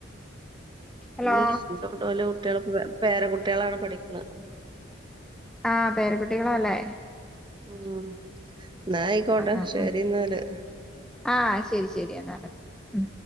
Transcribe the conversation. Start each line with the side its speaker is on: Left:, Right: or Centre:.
Centre: ഹലോ
Right: ഇല്ലല്ല <unintelligible> കുട്ടികളക്ക പേര കുട്ട്യേളാണ് പഠിക്കണെ
Centre: ആ പേരകുട്ടികളാലെ
Right: മ് ന്നാ ആയിക്കോട്ടെ
Centre: ആ
Right: ശരി
Centre: ആ
Right: ന്നാല്
Centre: ആ ശരി ശരി എന്നാല് ഉം